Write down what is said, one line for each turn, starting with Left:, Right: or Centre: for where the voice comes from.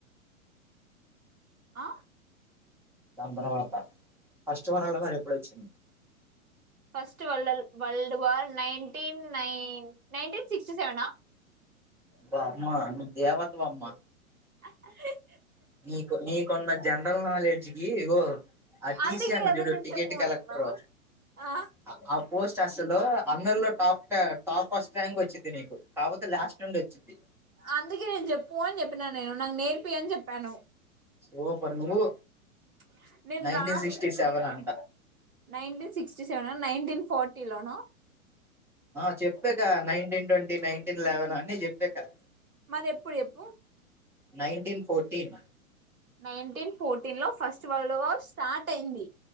Right: అ
Centre: తొందరగోత్త ఫస్ట్ వరాల కూడా ఇప్పుడే వచ్చిండు
Right: స్ట్ వల్డల్ world war nineteen nine nineteen sixty సెవెనా
Centre: బమ్మా ను దేవత వమ్మా
Right: అహ్
Centre: నీకు నీకున్న జనరల్ నాలెడ్జ్ కి బ్రో ఆ టీసి
Right: అందుకే
Centre: వున్నాడు
Right: కదా
Centre: జూడు
Right: నేను
Centre: టికెట్
Right: చెప్పమంటున్నా
Centre: కలెక్టర్
Right: ఆ
Centre: అ ఆప్ పోస్ట్ అసలు అందరిలో టప్ టాప్ ఫస్ట్ ర్యాంక్ వచ్చింది నీకు కాకపోతే లాస్ట్ నుండి వచ్చింది
Right: అందుకే నేను చెప్పు అని చెప్పినాను నేను నాకు నేర్పి అని చెప్పాను
Centre: సూపర్ నువ్వు
Right: ప్చ్ నేను
Centre: నైన్టీన్
Right: రా
Centre: సిక్స్టీ
Right: ఉ
Centre: సెవెన్
Right: చెప్పు
Centre: అంట
Right: nineteen sixty seven nineteen forty టిలానా
Centre: ఆ చెప్పిక నైన్టీన్ ట్వంటీ నైన్టీన్ లెవెన్ అన్నీ చెప్ ఇక్కడ
Right: మరి ఎప్పుడు చెప్పు
Centre: నైన్టీన్ ఫోర్టీన్
Right: నైన్టీన్ ఫోర్టీన్ లో ఫస్ట్ వరల్డ్ వార్ స్టార్ట్ అయింది